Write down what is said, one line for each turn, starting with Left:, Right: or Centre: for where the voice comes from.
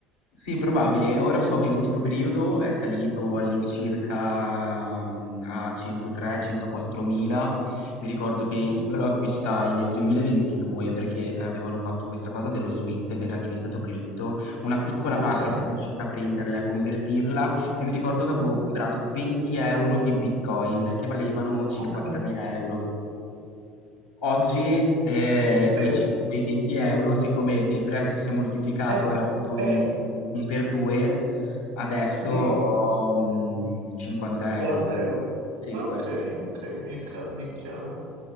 Left: Sì, probabile. Ora so che in questo periodo è salito all'incirca mm, a 103-104 mila. Mi ricordo che
Right: Mhm.
Left: io lo acquistai nel 2022 perché avevano fatto questa cosa dello SWIT che era diventato cripto. Una piccola
Right: Ok,
Left: parte sono riuscita a prenderla e a convertirla e mi ricordo che avevo
Right: mhm,
Left: comprato 20 euro di Bitcoin che valevano 50.000
Right: ok.
Left: euro. Oggi, ehm,
Right: Sì,
Left: quei cin quei 20 € siccome il prezzo si è moltiplicato
Right: Eh,
Left: e ha avuto
Right: eh,
Left: un un per 2, adesso
Right: sì,
Left: ho, mhmm, 50
Right: 40
Left: €.
Right: euro.
Left: Sì,
Right: Ah, ok,
Left: guara
Right: ok, mi è, ca- mi è chiaro.